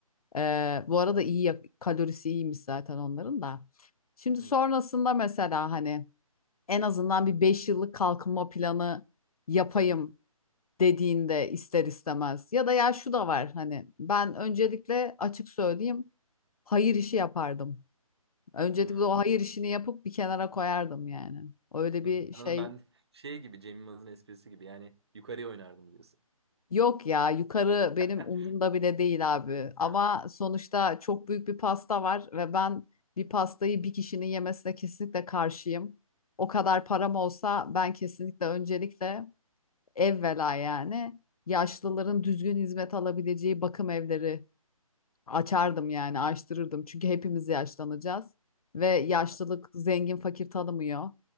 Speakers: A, on the left; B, on the right.
A: Ee, bu arada iyi yak- kalorisi iyiymiş zaten onların da. Şimdi
B: Hmm.
A: sonrasında mesela hani en azından bir 5 yıllık kalkınma planı yapayım
B: E tabii.
A: dediğinde ister istemez ya da ya şu da var hani ben öncelikle açık söyleyeyim hayır işi yapardım. Öncelikle
B: Hmm.
A: o hayır işini yapıp bir kenara koyardım yani. Öyle
B: <laughs>
A: bir
B: Paranın
A: şey
B: ben şey gibi Cem Yılmaz'ın esprisi gibi yani yukarıya oynardım diyorsun.
A: Yok ya yukarı benim
B: <laughs>
A: umurumda bile değil abi. Ama
B: Ha.
A: sonuçta çok büyük bir pasta var ve ben bir pastayı bir kişinin yemesine kesinlikle karşıyım. O kadar param olsa ben kesinlikle öncelikle evvela yani yaşlıların düzgün hizmet alabileceği bakım evleri Açardım yani, açtırırdım. Çünkü hepimiz yaşlanacağız ve yaşlılık
B: Evet,
A: zengin fakir tanımıyor.